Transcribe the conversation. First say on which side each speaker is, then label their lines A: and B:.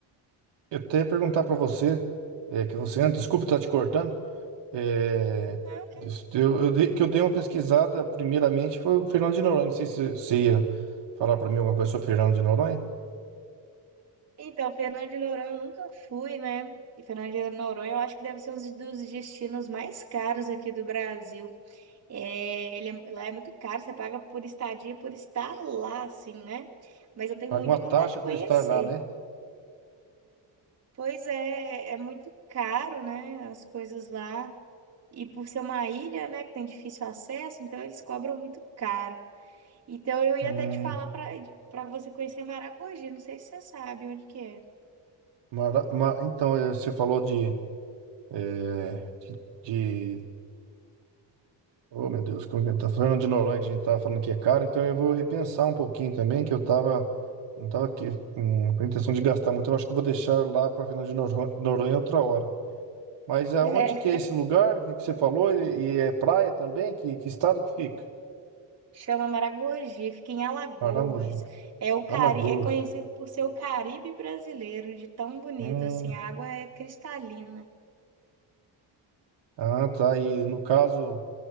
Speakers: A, on the right (about 60°); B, on the right (about 35°).
A: Eu até ia perguntar para você, é, que você anda, desculpa estar te cortando, é,
B: Ah, ok.
A: des- eu, eu dei- que eu dei uma pesquisada primeiramente foi o Fernando de Noronha, não sei se você ia falar para mim alguma coisa sobre o Fernando de Noronha.
B: Então, Fernando de Noronha eu nunca fui, né? E Fernando de Noronha eu acho que deve ser um dos destinos mais caros aqui do Brasil. É, ele é- lá é muito caro, você paga por estadia, por estar lá, assim, né? Mas eu tenho
A: Paga
B: muita
A: uma taxa
B: vontade de conhecer.
A: por estar lá, né?
B: Pois é, é muito caro, né? As coisas lá. E por ser uma ilha, né, que tem difícil acesso, então eles cobram muito caro. Então eu ia
A: Hum,
B: até te falar para para você conhecer Maragogi, não sei se você sabe onde que é.
A: mara- ma- então, é, você falou de, é, de, de- Oh, meu Deus, como que tá Fernando de Noronha, que a gente estava falando que é caro, então eu vou repensar um pouquinho também, que eu tava... Não estava aqui, hum, com a intenção de gastar muito. Eu acho que eu vou deixar lá para Fernando de Noronha Noronha outra hora. Mas aonde
B: <laughs>
A: que é
B: É,
A: esse lugar que que você falou? E, e é praia também? Que, que estado que fica?
B: chama Maragogi, fica em Alagoas.
A: Paramogi.
B: É o Cari,
A: Alagoas.
B: é conhecido por ser o Caribe brasileiro, de tão bonito
A: Hum.
B: assim, a água é cristalina.
A: Ah, tá. E no caso